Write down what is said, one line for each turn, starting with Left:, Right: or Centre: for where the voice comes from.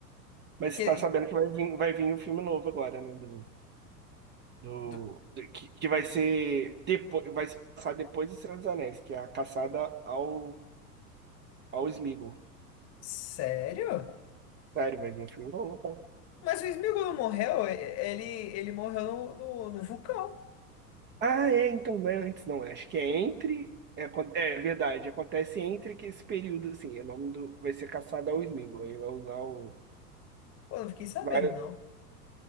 Right: Mas
Left: Que,
Right: você tá sabendo que vai vir, vai vir um filme novo agora, né? Do do
Left: do-
Right: do- que, que vai ser depois, vai se passar depois de Senhor dos Anéis, que é a caçada ao ao Sméagol.
Left: sério?
Right: Sério, vai vir um filme novo, tá?
Left: Mas o Sméagol não morreu? E- Ele, ele morreu no, no, no vulcão.
Right: Ah, é, então não é antes, não. é, Acho que é entre. É, acon- é verdade, acontece entre que esse período, assim, o nome do, vai ser caçada ao Sméagol, aí vai usar o.
Left: Pô, não fiquei sabendo,
Right: Vai,
Left: não.